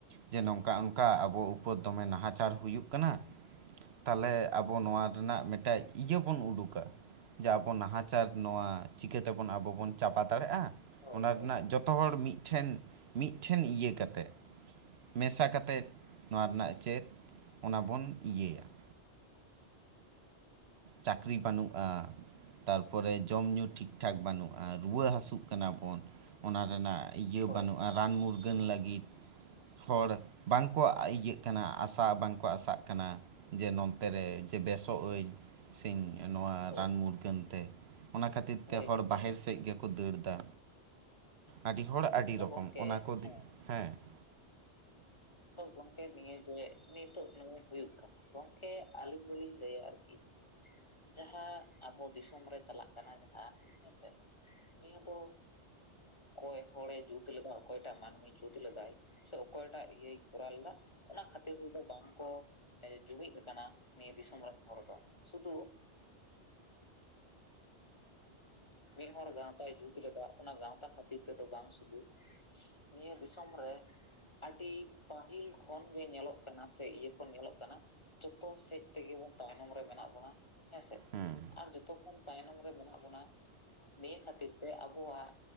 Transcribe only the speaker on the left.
ᱦᱳᱭ
ᱦᱳᱭ ᱦᱳᱭ
ᱦᱳᱭ
ᱦᱳᱭ
ᱦᱳᱭ
ᱦᱳᱭ
ᱜᱚᱢᱠᱮ
ᱦᱳᱭ
ᱛᱚ
ᱜᱚᱢᱠᱮ
ᱦᱮᱸ
ᱛᱚ ᱜᱚᱝᱠᱮ ᱱᱤᱭᱟᱹ ᱡᱮ ᱱᱤᱛᱚᱜ ᱢᱮᱱ ᱦᱩᱭᱩᱜ ᱠᱟᱱᱟ ᱜᱚᱝᱠᱮ ᱟᱹᱞᱤᱧ ᱫᱚᱞᱤᱧ ᱞᱟᱹᱭᱟ ᱟᱨᱠᱤ ᱡᱟᱦᱟᱸ ᱟᱵᱚ ᱫᱤᱥᱚᱢ ᱨᱮ ᱪᱟᱞᱟᱜ ᱠᱟᱱᱟ ᱡᱟᱦᱟᱸ ᱦᱮᱸ ᱥᱮ! ᱱᱤᱭᱟᱹ ᱫᱚ ᱚᱠᱚᱭ ᱦᱚᱲᱮ ᱡᱩᱛ ᱞᱮᱫᱟ ᱚᱠᱚᱭᱴᱟᱜ ᱢᱟᱹᱱᱢᱤ ᱡᱩᱛ ᱞᱮᱫᱟᱭ? ᱥᱮ ᱚᱠᱚᱭᱴᱟᱜ ᱤᱭᱟᱹᱭ ᱠᱚᱨᱟᱣ ᱞᱮᱫᱟ ᱚᱱᱟ ᱠᱷᱟᱹᱛᱤᱨ ᱫᱚ ᱵᱟᱝ ᱠᱚ ᱮ ᱡᱩᱢᱤᱫ ᱟᱠᱟᱱᱟ ᱾ ᱱᱤᱭᱟᱹ ᱫᱤᱥᱚᱢ ᱨᱮᱱ ᱦᱚᱲ ᱫᱚ, ᱥᱩᱫᱩ ᱢᱤᱜᱦᱚᱲ ᱜᱟᱶᱛᱟᱭ ᱡᱩᱛ ᱞᱮᱫᱟ ᱚᱱᱟ ᱜᱟᱶᱛᱟ ᱠᱷᱟᱹᱛᱤᱨ ᱛᱮᱫᱚ ᱵᱟᱝ ᱥᱩᱫᱩ ᱱᱤᱭᱟᱹ ᱫᱤᱥᱚᱢ ᱨᱮ ᱟᱰᱤ ᱯᱟᱹᱦᱤᱞ ᱠᱷᱚᱱ ᱜᱮ ᱧᱮᱞᱚᱜ ᱠᱟᱱᱟ ᱥᱮ ᱤᱭᱟᱹ ᱠᱷᱚᱱ ᱧᱮᱞᱚᱜ ᱠᱟᱱᱟ ᱡᱚᱛᱚ ᱥᱮᱫ ᱛᱮᱜᱮ ᱵᱚᱱ ᱛᱟᱭᱱᱚᱢ ᱨᱮ ᱢᱮᱱᱟᱜ ᱵᱚᱱᱟ ᱦᱮᱸᱥᱮ ᱾
ᱟᱨ ᱡᱚᱛᱚ ᱠᱷᱚᱱ ᱛᱟᱭᱱᱚᱢ ᱨᱮ ᱢᱮᱱᱟᱜ ᱵᱚᱱᱟ ᱱᱤᱭᱟᱹ ᱠᱷᱟᱹᱛᱤᱨ ᱛᱮ ᱟᱵᱚᱣᱟᱜ